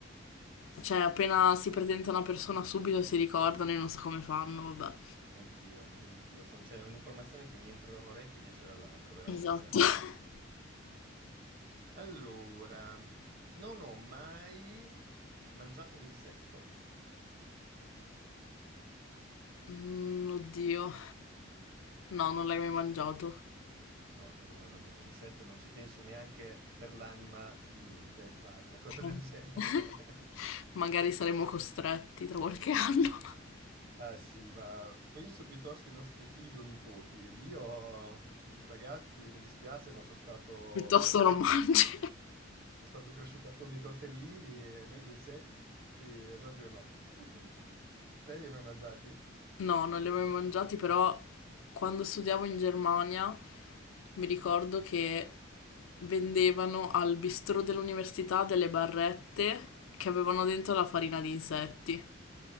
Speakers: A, on the left; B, on the right.
A: cioè, appena si presenta una persona subito si ricordano e non so come fanno, vabbè.
B: e anch'io, anch'io. Son- c'è un'informazione che mi entra da un orecchio e mi esce dall'altro, veramente.
A: Esatto.
B: Eh,
A: <laughs>
B: Allora, non ho mai mangiato un insetto.
A: Mm, oddio. No, non l'hai mai mangiato.
B: No, non ho mai mangiato un insetto e non ci penso neanche per l'anima di niente di fare una cosa
A: Eh.
B: del genere.
A: <laughs>
B: <laughs>
A: Magari saremo costretti tra qualche anno. <laughs>
B: Ah sì, ma penso piuttosto ai nostri figli o nipoti. Io, ragazzi, mi dispiace, ma sono stato
A: Piuttosto
B: cresciuto,
A: non mangi.
B: sono stato cresciuto con dei tortellini e meglio insetti, sì, proprio no. <laughs> Te li hai mai mangiati?
A: No, non li ho mai mangiati, però quando studiavo in Germania mi ricordo che vendevano al bistrò dell'università delle barrette che avevano dentro la farina di insetti,